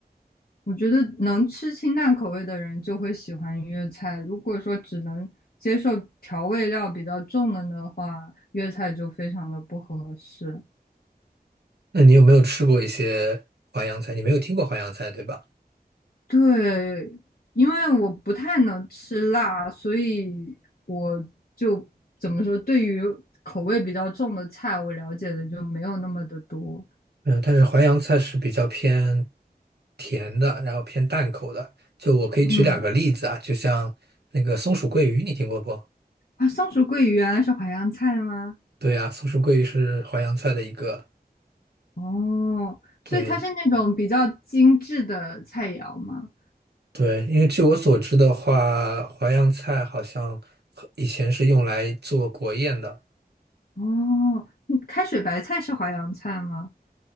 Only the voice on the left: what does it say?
我觉得能吃清淡口味的人就会喜欢粤菜，如果说只能接受调味料比较重的的话，粤菜就非常的不合适。
对，因为我不太能吃辣，所以我就怎么说，对于口味比较重的菜，我了解的就没有那么的多。
嗯，
啊，松鼠桂鱼原来是淮扬菜吗？
哦，
所以它是那种比较精致的菜肴吗？
哦，嗯开水白菜是淮扬菜吗？